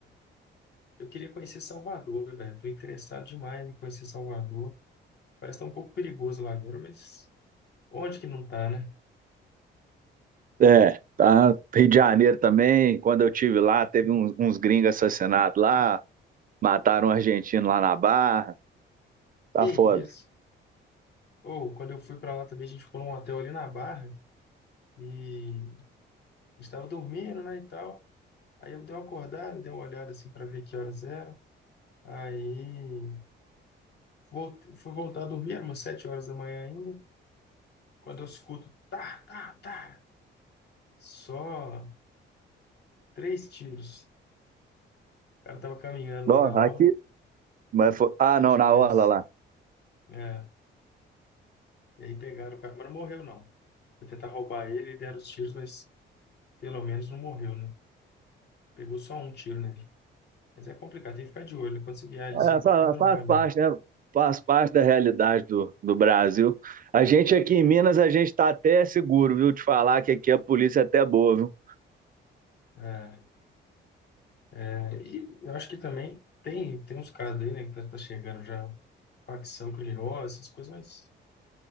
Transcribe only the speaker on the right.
É, tá. Rio de Janeiro também, quando eu tive lá, teve uns, uns gringos assassinados lá, mataram um argentino lá na Barra, tá
foda.
Ó,
aqui,
mas foi- ah,
não,
na Orla lá.
É,
fa-
faz
parte,
né? Faz parte da realidade do, do Brasil. A gente aqui em Minas, a gente tá até seguro, viu? Te falar que aqui a polícia é até boa, viu?